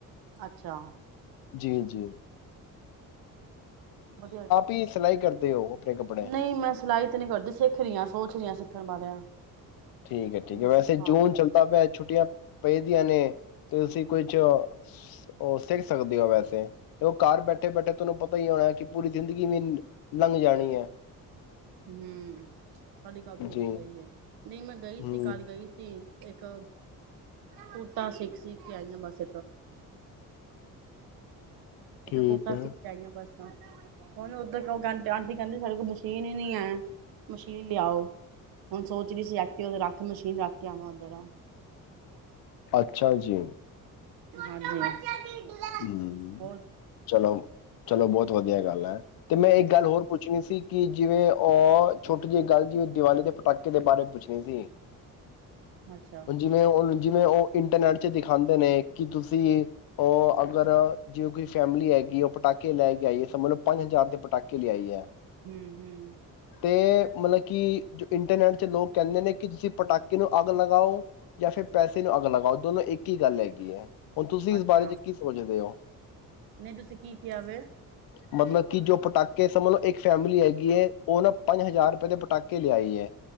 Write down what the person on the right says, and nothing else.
ਅੱਛਾ।
ਵਧੀਆ,
ਨਹੀਂ ਮੈਂ ਸਿਲਾਈ ਤੇ ਨਹੀਂ ਕਰਦੀ ਸਿੱਖ ਰਹੀ ਆਂ ਸੋਚ ਰਹੀ ਸਿੱਖਣ ਬਾਰੇ।
ਕਿ ਮੈਂ
ਸਿੱਖਾਂ।
ਹੂੰ ਤੁਹਾਡੀ ਗੱਲ ਬਿਲਕੁਲ
ਸਹੀ ਹੈ। ਨਹੀਂ, ਮੈਂ ਗਈ ਸੀ
ਕੱਲ੍ਹ ਗਈ ਸੀ। ਇੱਕ ਕੁੜਤਾ ਸਿੱਖ ਸੀਅ ਕੇ ਆਈਆਂ ਬਸ।
ਇੱਕ ਕੁੜਤਾ
ਸੀਅ ਕੇ ਆਈਆਂ ਬਸ। ਹੁਣ ਉਧਰ ਆਂਟੀ ਕਹਿੰਦੀ ਸਾਡੇ ਕੋਲ ਮਸ਼ੀਨ ਹੀ ਨੀ ਹੈ, ਮਸ਼ੀਨ ਲਿਆਓ ਹੁਣ ਸੋਚ ਰਹੀ ਸੀ, ਐਕਟਿਵਾ ਤੇ ਰੱਖ ਕੇ ਮਸ਼ੀਨ ਰੱਖ ਕੇ ਆਵਾਂ ਉੱਧਰ।
ਹਾਂਜੀ। <inaudible>
ਹੋਰ
ਹੂੰ
ਅੱਛਾ
ਹੂੰ-ਹੂੰ।
ਅੱਛਾ
ਨਹੀਂ ਤੁਸੀਂ ਕੀ ਕਿਹਾ ਵੇ?